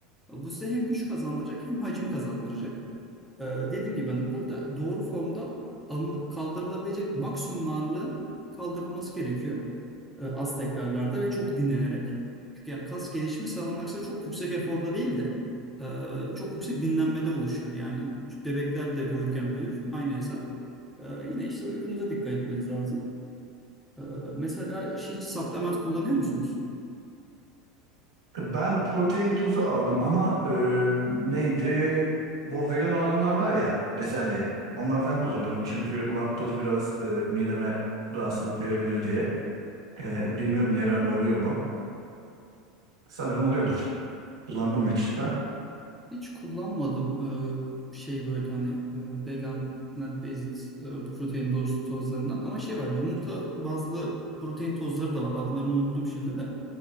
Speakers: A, in the centre; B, on the right.
A: Bu size hem güç kazandıracak hem hacim kazandıracak. Ee, dediğim gibi hani burada doğru formda alın- kaldırılabilecek maksimum ağırlığın kaldırılması gerekiyor e, az tekrarlarda ve çok dinlenerek. Çünkü yani kas gelişimi sanılan aksine çok yüksek eforda değil de e, çok yüksek dinlenmede oluşuyor. Yani bebekler de uyurken büyür aynı hesap. E, yine işte uykunuza dikkat etmeniz lazım. E, mesela hiç supplement kullanıyor musunuz?
B: Ben protein tozu aldım ama e, neydi? Bu vegan olanlar var ya bezelye. Onlardan kullanıyorum çünkü laktoz biraz e, mideme rahatsızlık verebilir diye. E, bilmiyorum yararlı oluyor mu? Sanırım oluyordur. Kullandım mı hiç ben?
A: Hiç kullanmadım e, şey böyle hani e, vegan plant based e, protein toz, tozlarından ama şey var yumurta bazlı protein tozları da var adlarını unuttum şimdi de